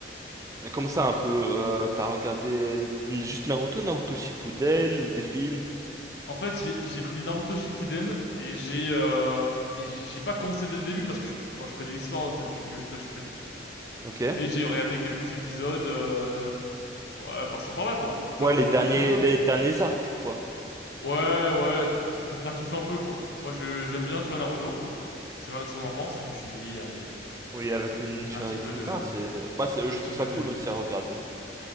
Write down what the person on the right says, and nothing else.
Et Comme ça, un peu, euh, t'as regardé juste Naruto, Naruto Shippuden ou des films?
Ok.
Ouais,
les
derniers,
les derniers arcs, quoi.
Oui, avec les ninjas
et
tout.
Non, c'est, bah, c'est- je
trouve
ça
cool
aussi à regarder.